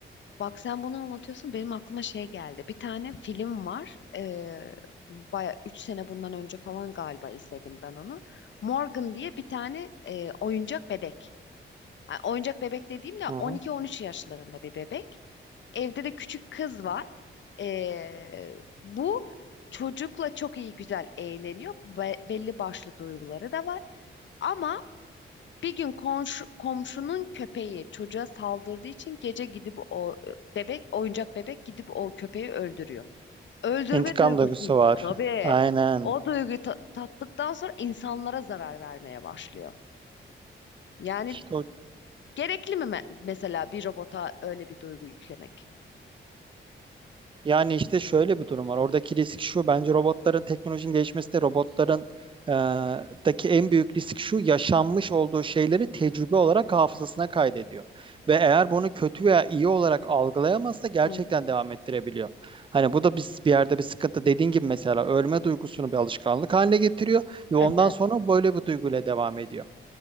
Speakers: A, on the left; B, on the right.
A: Bak sen bunu anlatıyorsun benim aklıma şey geldi. Bir tane film var. Ee, baya 3 sene bundan önce falan galiba izledim ben onu. Morgan diye bir tane e, oyuncak bebek. Ha, oyuncak bebek dediğim de
B: Hı hı.
A: 12-13 yaşlarında bir bebek. Evde de küçük kız var. Ee, bu çocukla çok iyi güzel eğleniyor. Be- belli başlı duyguları da var. Ama bir gün komşu, komşunun köpeği çocuğa saldırdığı için gece gidip o e, bebek, oyuncak bebek gidip o köpeği öldürüyor. Öldürme
B: İntikam
A: duygusunu
B: duygusu var.
A: tabii
B: Aynen.
A: o duyguyu ta- tattıktan sonra insanlara zarar vermeye başlıyor. Yani
B: İşte o
A: gerekli mi me- mesela bir robota öyle bir duygu yüklemek?
B: Yani işte şöyle bir durum var. Oradaki risk şu. Bence robotların teknolojinin gelişmesi de robotların e, daki en büyük risk şu. Yaşanmış olduğu şeyleri tecrübe olarak hafızasına kaydediyor. Ve eğer bunu kötü veya iyi olarak algılayamazsa gerçekten
A: Hı,
B: devam ettirebiliyor. Hani bu da biz bir yerde bir sıkıntı. Dediğin gibi mesela ölme duygusunu bir alışkanlık haline getiriyor ve
A: Evet.
B: ondan sonra böyle bir duyguyla devam ediyor.